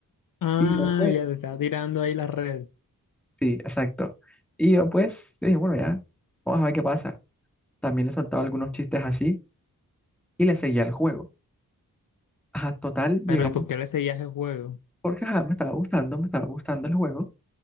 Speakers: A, on the left; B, in the centre.
A: Ah,
B: Y yo pues,
A: ya te estaba tirando ahí la red.
B: sí, exacto. Y yo pues, dije, bueno, ya, vamos a ver qué pasa. También le soltaba algunos chistes así y le seguía el juego. Ajá, total, llegamos
A: Pero ¿y por qué le seguías el juego?
B: porque ajá, me estaba gustando, me estaba gustando el juego,